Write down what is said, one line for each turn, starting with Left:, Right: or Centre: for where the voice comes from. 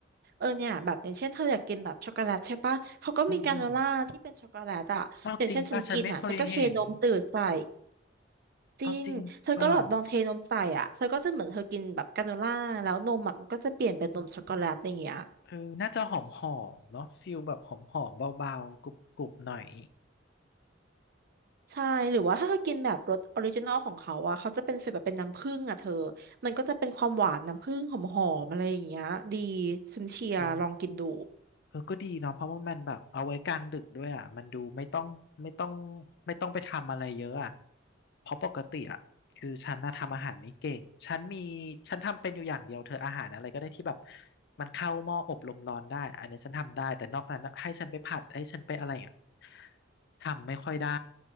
Right: เออเนี่ยแบบอย่างเช่นเธออยากกินแบบช็อกโกแลตใช่ปะเขาก็มีกราโนล่าที่เป็นช็อกโกแลตอะอย่างเช่นฉันกินอะฉันก็เทนมตื่นใส่
Left: อืมอืมเอาจริงป่ะฉันไม่เคยเห็น เอาจริงป่ะ
Right: จริงเธอก็แบบลองเทนมใส่อ่ะเธอก็จะเหมือนเธอกินแบบกราโนล่าแล้วนมอะมันก็จะเปลี่ยนเป็นนมช็อกโกแลตอย่างเงี้ย
Left: เออน่าจะหอมหอมเนาะฟิลแบบหอมหอมเบาๆกรุบกรุบหน่อย
Right: ใช่หรือว่าถ้าเธอกินแบบรสออริจินอลของเขาอ่ะเขาจะเป็นฟีลแบบเป็นน้ำผึ้งอ่ะเธอมันก็จะเป็นความหวานน้ำผึ้งหอมๆอะไรอย่างเงี้ยดีฉันเชียร์ลองกินดู
Left: เออเออก็ดีเนาะเพราะว่ามันแบบเอาไว้กลางดึกด้วยอ่ะมันดูไม่ต้องไม่ต้องไม่ต้องไปทำอะไรเยอะอ่ะเพราะปกติอ่ะคือฉันน่ะทำอาหารไม่เก่งฉันมีฉันทำเป็นอยู่อย่างเดียวเธออาหารอะไรก็ได้ที่แบบมันเข้าหม้ออบลมร้อนได้อันนี้ฉันทำได้แต่นอกนั้นน่ะให้ฉันไปผัดให้ฉันไปอะไรอ่ะทำไม่ค่อยได้